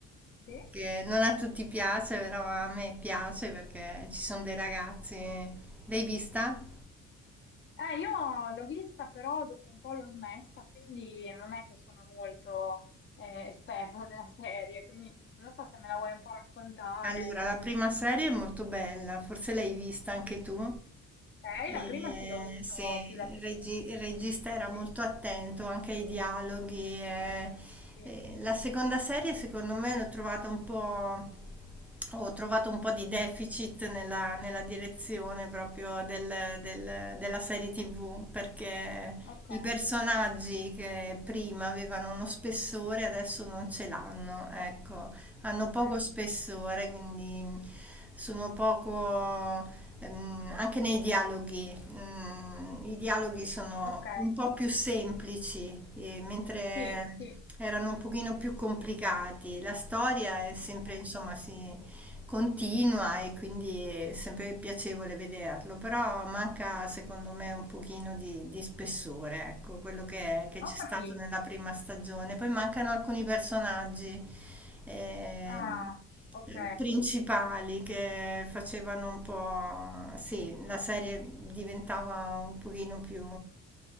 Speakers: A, on the left; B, in the centre.
A: sì.
B: che non a tutti piace, però a me piace perché ci sono dei ragazzi. L'hai vista?
A: Eh, io l'ho vista però dopo un po' l'ho smessa, quindi non è che sono molto eh, esperta <laughs> della serie, quindi non so se me la vuoi un po' raccontare,
B: Allora,
A: così.
B: la prima serie è molto bella, forse l'hai vista anche tu.
A: Ok,
B: E,
A: la prima sì, ho visto
B: sì,
A: più la prima.
B: il regi- il regista era
A: Sì,
B: molto attento anche ai dialoghi. e-
A: sì.
B: e la seconda serie, secondo me, l'ho trovata un po', ho trovato un po' di deficit nella, nella direzione proprio del- del- della serie TV, perché
A: Ok,
B: i personaggi che prima avevano uno spessore adesso non ce l'hanno, ecco hanno
A: ok,
B: poco spessore, quindi mm, sono poco ehm, anche nei dialoghi. mm, I dialoghi sono
A: ok.
B: un po' più semplici, eh, mentre
A: Sì, sì,
B: erano un pochino più complicati. La storia è sempre,
A: ok.
B: insomma, si, continua e quindi è sempre piacevole vederlo, però manca secondo me un pochino di, di spessore, ecco, quello che, che c'è
A: Ho
B: stato
A: capito.
B: nella prima stagione. Poi mancano alcuni personaggi eh,
A: Ah, ok,
B: principali che facevano un po', sì, la serie diventava un pochino più